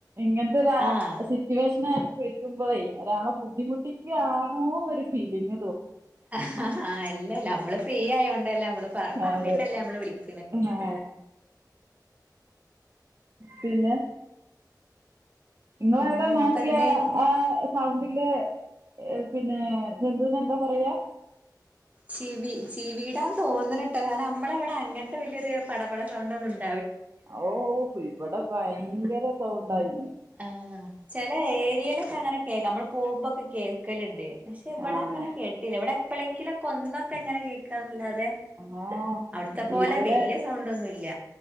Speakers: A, on the right (about 40°); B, on the right (about 20°).
A: ഇങ്ങൻത്തൊരാ
B: ആഹ്
A: സിറ്റുവേഷൻ ആയ് വിൾക്കുമ്പൊളെ ഒരാളെ ബുദ്ധിമുട്ടിക്കാണോന്നൊരു ഫീലിംഗ്
B: ആ അല്ലല്ല അമ്മള് ഫ്രീ ആയോണ്ടല്ലേ നമ്മള് പ പർഞ്ഞിട്ടല്ലേ
A: അതെ
B: നമ്മള് വിളിക്ക്‌
A: ആ പിന്നെ ഇങ്ങളേടെ
B: പിന്നെ
A: നാട്ടിലെ
B: അപ്പൊ എന്തേന്
A: ആ സൗണ്ടിലേ ഏ പിന്നെ ജന്തുനെ എന്താ പറയാ
B: ചിവി ചിവീടാൻ തോന്നണട്ടെ കാരണം നമ്മളെവിടെ അങ്ങനത്തെ വലിയൊരു പടപട സൗണ്ട് ഒന്നുംല്ല
A: ഓ ഇവിടെ ഭയങ്കര സൗണ്ടായി
B: ആ ചില ഏരിയയിലൊക്കെ അങ്ങനെ ഒക്കെ നമ്മള് പോകുമ്പോൾ ഒക്കെ കേൾക്കലുണ്ട് പക്ഷെ ഇവടെ
A: ആഹ്
B: അങ്ങനെ കേട്ടില്ല ഇവടെ എപ്പഴെങ്കിലൊക്കെ ഒന്നൊക്കെ എങ്ങനെ കേക്കാന്നല്ലാതെ
A: ആഹ്
B: അവിടത്തെ പോലെ
A: ഇവിടെ
B: ബലിയ സൗണ്ട ഒന്നുംല്ല